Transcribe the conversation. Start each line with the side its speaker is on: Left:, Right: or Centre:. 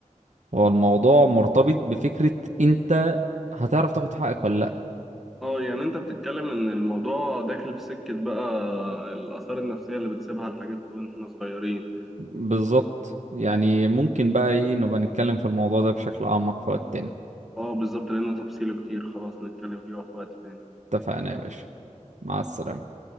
Right: هو الموضوع مرتبط بفكرة انت هتعرف تاخد حقك ولا لا
Centre: اه يعني أنت بتتكلم إن الموضوع داخل في سكة بقى الآثار النفسية اللي بتسيبها الحاجات وإحنا صغيرين
Right: بالظبط يعني ممكن بقى ايه نبقى نتكلم في الموضوع ده بشكل اعمق في وقت تاني
Centre: اه بالظبط لأن تفصيله كتير خلاص نتكلم فيه في وقت تاني
Right: اتفقنا يا باشا مع السلامة